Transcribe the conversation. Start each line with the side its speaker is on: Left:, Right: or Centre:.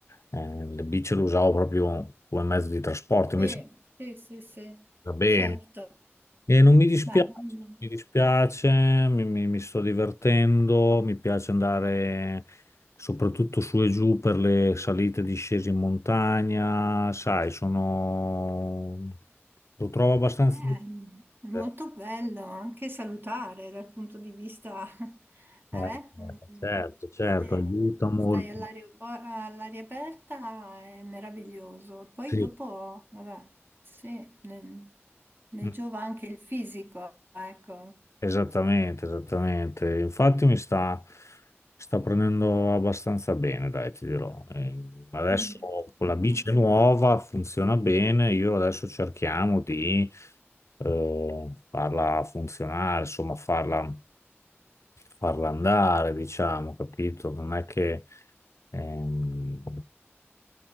Left: Eh, le bici le usavo proprio come mezzo di trasporto, invece
Right: Sì, sì, sì, sì,
Left: va bene.
Right: certo.
Left: E non mi dispiace,
Right: Beh, bello.
Left: mi dispiace, mi, mi- mi sto divertendo, mi piace andare soprattutto su e giù per le salite e discese in montagna, sai, sono... lo trovo abbastanza...
Right: Beh, è molto
Left: Eh,
Right: bello, anche salutare dal punto di vista, <laughs> eh?
Left: eh,
Right: mm,
Left: certo, certo,
Right: sì.
Left: aiuta molto.
Right: Stai all'aria all'aria aperta, è meraviglioso. Poi
Left: Sì.
Right: dopo, vabbè, sì, ne, ne
Left: Mm.
Right: giova anche il fisico, ecco.
Left: Esattamente, esattamente. Infatti mi sta, sta prendendo abbastanza bene, dai, ti dirò. Eh, Adesso
Right: Mm.
Left: con la bici
Right: Quindi-
Left: nuova funziona bene, io adesso cerchiamo di eh, farla funzionare, insomma, farla, farla andare, diciamo, capito? Non è che ehm,